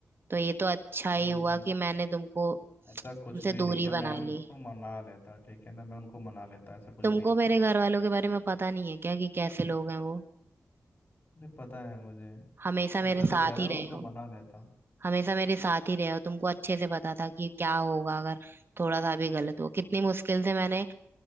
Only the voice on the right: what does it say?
तो ये तो अच्छा ही
हुआ
कि मैंने तुमको
तुमसे
दूरी
बना
ली
तुमको
मेरे
घर वालों के बारे में पता नहीं है क्या कि कैसे लोग हैं वो
हमेशा
मेरे
साथ
ही
रहे
हो
हमेशा मेरे साथ ही रहे हो तुमको अच्छे से पता था कि क्या होगा अगर थोड़ा सा भी गलत हुआ कितनी मुश्किल से मैंने